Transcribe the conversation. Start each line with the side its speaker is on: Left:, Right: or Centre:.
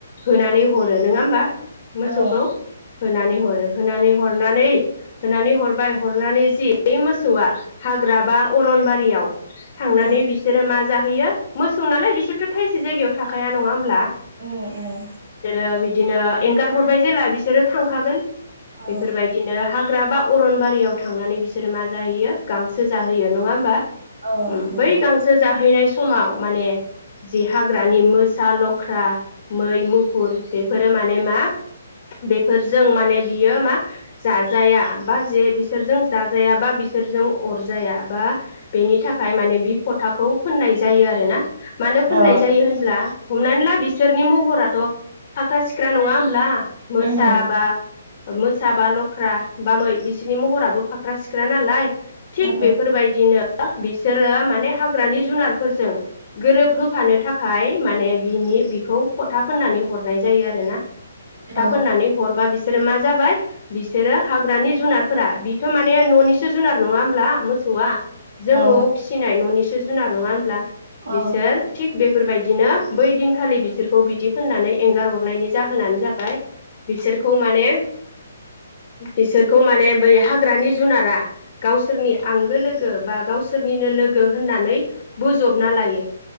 Left: होनानै ह रो नङा होमबा। मोसौखौ।
Right: औ
Left: होनानै हरो होनानै हरनानै होनानै हरबाय हरनानै जि बे मोसौआ हाग्रा बा अरनबारियाव थांनानै
Right: उम
Left: बिसोरो मा जाहैयो मोसौ नालाय बिसोरथ' थायसे जायगायाव थाखाया नङा होमब्ला?
Right: उम उम।
Left: दी बिदिनो एंगार हरबाय जेला बिसोरो थांखागोन।
Right: औ
Left: बेफोरबायदिनो हाग सोरहाग्राबा अरनबारियाव थांनानै बिसोरो मा जाहैयो गांसो जाहोयो नङा होमबा।
Right: औ
Left: उम
Right: नंगौ
Left: बै गांसो जाहैनाय स समाव माने जि हाग्रानि मोसा लख्रा मै मु फुर बेफोरो माने मा बेफोरजों माने बियो मा जाजाया बा जे बिसोरजों जाजाया बा बिसोरजों अरजाया बा बेनि थाखाय माने बि फथाखौ फोननाय जायो आरोना मानो फोननाय
Right: औ
Left: जायो होनब्ला हमनानै ला बिसोरनि महराथ' फाख्रा सिख्रा नङा होमब्ला मोसाबा
Right: उम
Left: मोसाबा ल' ख्रा बामै बिसोरनि महराबो फाख्रा सिख्रा नालाय। थिग
Right: औ
Left: बेफोरबायदिनो बा बिसोरो माने हाग्रानि जुनारफोरजों गोरोब होफानो थाखाय माने बिनि बिखौ फथा फोननानै हरनाय जायो आरो ना। था
Right: औ
Left: फोननानै हरबा बि बिसोरो मा जाबाय बिसोरो हाग्रानि जुनारफोरा बिथ' माने न'निसो जुनार नङा होमब्ला? मोसौआ जों
Right: औ
Left: न'आव फिसिनाय न'नि बि जुनार नङा होनब्ला।
Right: औ
Left: बिसार थिक बे बेफोरबायदिनो बै दिनखालि बिसोरखौ बिदि फोननानै एंगार हरनायनि जाहोनानो जाबाय बिसोरखौ माने बिसोरखौ माने बै हाग्रानि जुनारा गावसोरनि आंगो लोगो बा गावसोरनिनो लोगो होननानै बोजबना लायो।